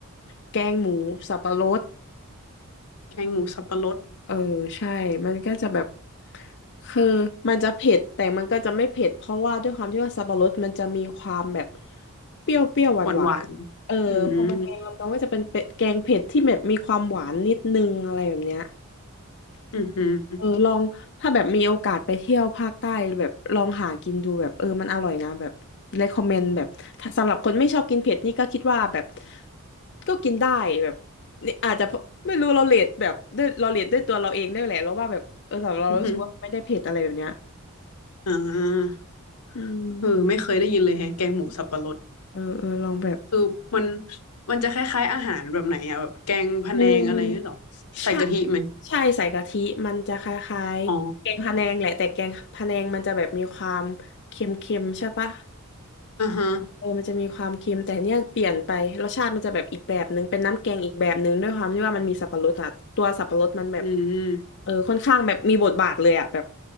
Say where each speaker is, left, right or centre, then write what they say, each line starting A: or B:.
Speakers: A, on the left; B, on the left.
A: แกงหมูสับปะรด
B: แกงหมูสับปะรด
A: เออใช่ มันก็จะแบบคือมันจะเผ็ดแต่มันก็จะไม่เผ็ดเพราะว่าด้วยความที่ว่าสับปะรดมันจะมีความแบบเปรี้ยวเปรี้ยวหวานหวานเออพอมันแกงรวมกันก็จะเป็นเป็ดแกงเผ็ดที่แบบมีความหวานนิดนึงอะไรแบบเนี้ย
B: หวานหวานอืมอืมอืม
A: เออลองถ้าแบบมีโอกาสไปเที่ยวภาคใต้แบบลองหากินดูแบบเออมันอร่อยนะแบบ recommend แบบถ้าสำหรับคนไม่ชอบกินเผ็ดนี่ก็คิดว่าแบบก็กินได้แบบนี่อาจจะไม่รู้เราเรทแบบด้วยเราเรทด้วยตัวเราเองได้แหละเราว่าแบบเออสำหรับเรารู้สึกว่าไม่ได้เผ็ดอะไรแบบเนี้ย
B: อืมอ่า
A: อืม
B: เออไม่เคยได้ยินเลยแฮะแกงหมูสับปะรด
A: เออเออลองแบบ
B: คือมันมันจะคล้ายๆอาหารแบบไหนอะแบบแกงพะแนงอะไรหรีอหรอใส่กะทิไหม
A: อืมใช่ใช่ใส่กะทิมันจะคล้ายๆแกงพะแนงแหละแต่แกงพะแนงมันจะแบบมีความเค็มๆใช่ปะ
B: อ๋ออ่าฮะ
A: เออมันจะมีความเค็มแต่เนี่ยเปลี่ยนไปรสชาติมันจะแบบอีกแบบนึงเป็นน้ำแกงอีกแบบนึงด้วยความที่ว่ามันมีสับปะรดอะตัวสับปะรดมันแบบ
B: อืม
A: เออค่อนข้างแบบมีบทบาทเลยอะแบบ